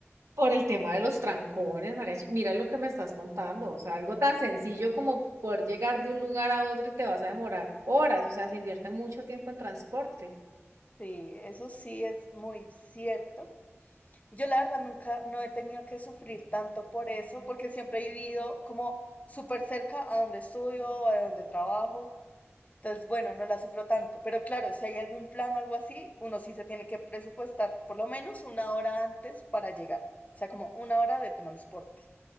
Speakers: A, on the right; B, on the left.
A: Por el tema de los trancones, Mariachi. Mira lo que me estás contando. O sea, algo tan sencillo como poder llegar de un lugar a otro y te vas a demorar horas. O sea, se invierte mucho tiempo en transporte.
B: Sí, eso sí es muy cierto. Yo la verdad nunca, no he tenido que sufrir tanto por eso, porque siempre he vivido como súper cerca a donde estudio, a donde trabajo. Entonces, bueno, no la sufro tanto. Pero claro, si hay algún plan o algo así, uno sí se tiene que presupuestar por lo menos una hora antes para llegar. O sea, como una hora de transporte.